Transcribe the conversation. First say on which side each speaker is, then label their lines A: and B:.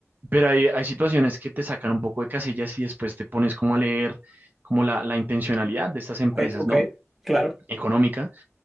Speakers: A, on the right; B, in the centre.
A: pero hay, hay situaciones que te sacan un poco de casillas y después te pones como a leer como la, la intencionalidad de estas empresas,
B: Ok, ok,
A: ¿no?
B: claro.
A: Económica